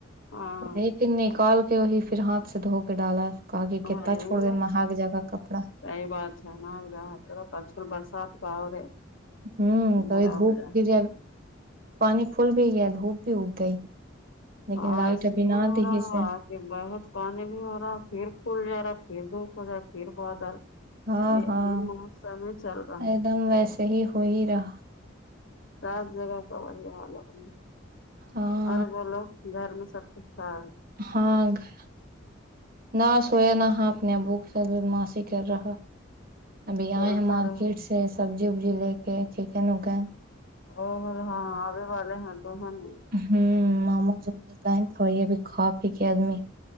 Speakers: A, on the left; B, on the right.
A: ہاں
B: ایکیکن نکال کے وہی پھر ہاتھ سے دھو کے ڈالا کہا کہ کتنا
A: ہاںگ
B: چھوڑ دے مہاگ جگہ کپڑا
A: نہئی بات ہے م گا ط اج کل برسات کاؤ رہ ہے
B: ہوں تو
A: برا
B: دھوپ
A: ہو جائے
B: گھر ج پانی کھول بھی دھوپ بھی اگ گئی لیکن
A: ہاں
B: لائٹ
A: س
B: ابھی نہ
A: مور
B: دی
A: ہ
B: سے
A: بہت پانی بھی ہو رہا پھر کھل جا رہا پھر دھوپ ہو جا پھر بادال
B: ہاں
A: ابھیدی
B: ہاں
A: موتسم میں چل رہا ہ
B: ایک دم ویسے ہی ہو ہی رہا
A: سس جگا سمجے وال ل ب
B: ہاں
A: اور بولو گھر میں سب ٹھ ا
B: ہاں گھر نہ سویا نہ ہاں اپنےبوک سے بدماسیی کر رہا ابھی
A: کھیلتا
B: آئے ہیں مارکیٹ
A: رہے
B: سے سبزی وبزی لے کے چکن وکن
A: اور ہاں آے والے ہیں تو ہے ن
B: ہوں موموز ووموز لائیں تو وہ ا بھی کھا پی کے آدمی